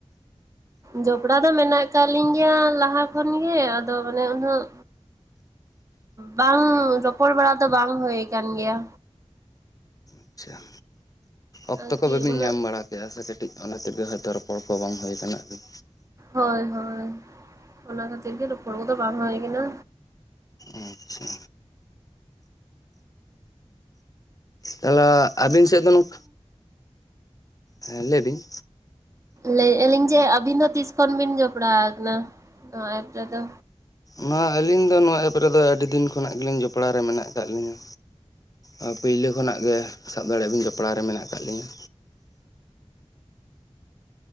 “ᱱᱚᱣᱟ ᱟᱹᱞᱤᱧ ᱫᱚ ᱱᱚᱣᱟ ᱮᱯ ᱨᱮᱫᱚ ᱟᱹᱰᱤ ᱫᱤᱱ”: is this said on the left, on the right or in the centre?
Left